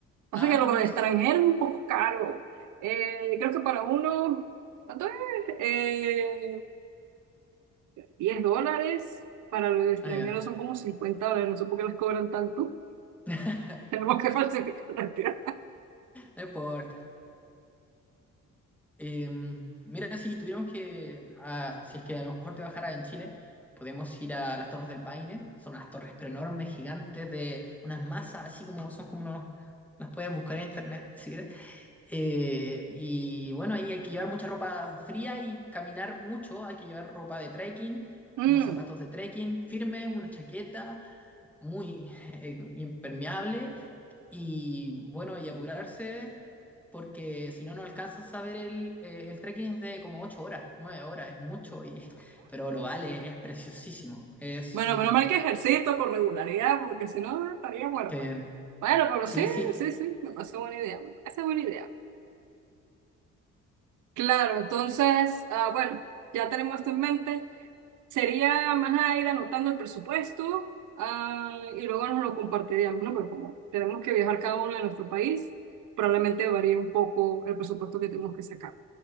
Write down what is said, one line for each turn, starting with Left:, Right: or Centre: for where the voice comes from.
Right: O
Centre: Ah,
Right: sea que lo
Centre: Mitch.
Right: del extranjero es un poco caro. Eh, creo que para uno, ¿cuánto es? Eh, 10 dólares. Para los extranjeros
Centre: Ah, ya.
Right: son como 50 dólares. No sé por qué les cobran tanto.
Centre: <laughs>
Right: <laughs> Tenemos que falsificar la cantidad.
Centre: No importa. Em, mira, si tuviéramos que, ah, si es que a lo mejor te bajara en Chile, podemos ir a las Torres del Paine. Son unas torres pero enormes, gigantes, de unas masas, así como son como unos, las puedes buscar en internet si quieres. Eh, y bueno, ahí hay que llevar mucha ropa fría y caminar mucho. Hay que llevar ropa de trekking,
Right: Mm,
Centre: unos zapatos de trekking firme, una chaqueta muy impermeable y bueno, y apurarse porque si no, no alcanzas a ver el, eh, el trekking es de como 8 horas, 9 horas, es mucho, y, <laughs> pero lo vale, es preciosísimo. Es
Right: Bueno,
Centre: un...
Right: menos mal que ejercito con regularidad, porque si no estaría muerta.
Centre: Qué bien.
Right: Bueno, pero
Centre: Sí,
Right: sí,
Centre: sí,
Right: sí, sí, me parece buena idea, me parece buena idea. Claro, entonces, ah, bueno, ya tenemos esto en mente. Sería más nada ir anotando el presupuesto, ah, y luego nos lo compartiríamos, ¿no? Pero como tenemos que viajar cada uno de nuestro país, probablemente varíe un poco el presupuesto que tenemos que sacar.